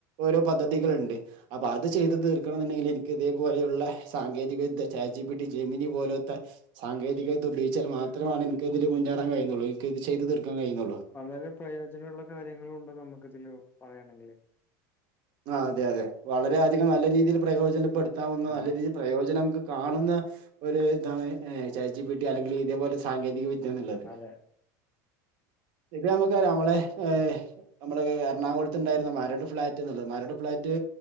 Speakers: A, on the right; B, on the left.
A: ഓരോ പദ്ധതികളിണ്ട് അപ്പൊ അത് ചെയ്ത് തീർക്കണം ന്നുണ്ടെങ്കില് എനിക്ക് ഇതേപോലെയുള്ള സാങ്കേതിക വിദ്യ ചാറ്റ് ജിപിട്ടി, ജെമിനി പോലത്തെ സാങ്കേതിക വിദ്യ ഉപയോഗിച്ചാൽ മാത്രമാണ് എനക്കതില് മുന്നേറാൻ കഴിയുന്നുള്ളൂ എനിക്കത് ചെയ് തീർക്കാൻ കഴിയുന്നുള്ളു.
B: വളരെ പ്രയോജനമുള്ള കാര്യങ്ങളുണ്ട് നമുക്ക് ഇതില് പറയാണെങ്കില്
A: ആഹ് അതെ അതെ വളരെ അധികം നല്ല രീതിയില് പ്രയോജനപ്പെടുത്താവുന്ന നല്ല
B: ആ
A: രീതിയിൽ പ്രയോജനം നമുക്ക് കാണുന്ന ഒരു ഇതാണ് ചാറ്റ്ജിപിട്ടി അല്ലെങ്കില് ഇതേപോലെ സാങ്കേതിക വിദ് ദ്യാന്നുള്ളത്.
B: അതെ
A: ഇപ്പ ഞമ്മക്കറ്യ അമ്മെളെ ഏഹ് അമ്മള് എർണാകാെൾത്ത്ണ്ടായ്ര്ന്ന മരട് ഫ്ളാ റ്റ്ന്ന്ള്ളെത് മരട് ഫ്ളാറ്റ്